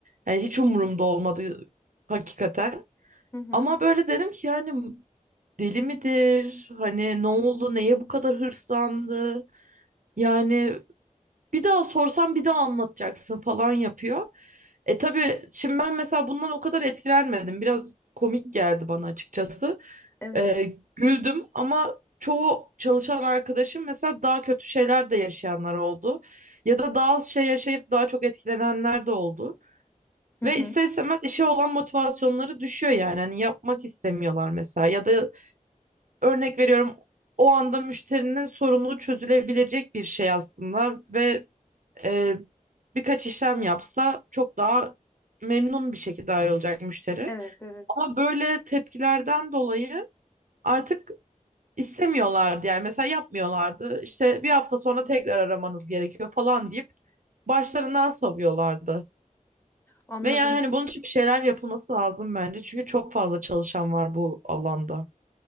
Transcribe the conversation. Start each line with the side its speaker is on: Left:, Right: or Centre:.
Right: Yani hiç umurumda olmadı hakikaten.
Left: Hı hı.
Right: Ama böyle dedim ki yani deli midir? Hani ne oldu? Neye bu kadar hırslandı? Yani bir daha sorsam bir daha anlatacaksın falan yapıyor. E tabii şimdi ben mesela bundan o kadar etkilenmedim. Biraz komik geldi bana açıkçası.
Left: Evet.
Right: E, güldüm ama çoğu çalışan arkadaşım mesela daha kötü şeyler de yaşayanlar oldu. Ya da daha az şey yaşayıp daha çok etkilenenler de oldu.
Left: Hı
Right: Ve
Left: hı.
Right: ister istemez işe olan motivasyonları düşüyor yani. Hani yapmak istemiyorlar mesela. Ya da örnek veriyorum o anda müşterinin sorunu çözülebilecek bir şey aslında ve e, birkaç işlem yapsa çok daha memnun bir şekilde ayrılacak müşteri.
Left: Evet evet.
Right: Ama böyle tepkilerden dolayı artık istemiyorlardı yani mesela yapmıyorlardı. İşte bir hafta sonra tekrar aramanız gerekiyor falan deyip başlarından savuyorlardı.
Left: Anladım.
Right: Ve yani hani bunun için bir şeyler yapılması lazım bence. Çünkü çok fazla çalışan var bu alanda.